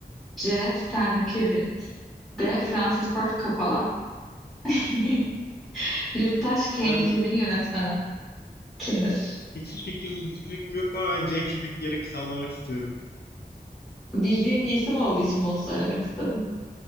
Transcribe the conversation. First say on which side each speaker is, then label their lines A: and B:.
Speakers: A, in the centre; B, on the left.
A: C. Stanley Kubrick D. Francis Ford Coppola <laughs> Yurttaş Kane
B: Yani
A: filminin yönetmeni kimdir?
B: hiçbir fikrim hiçbir fikrim yok ama ben C kübik yeri sallamak istiyorum.
A: Bildiğim bir isim olduğu için bunu söylemek istedim.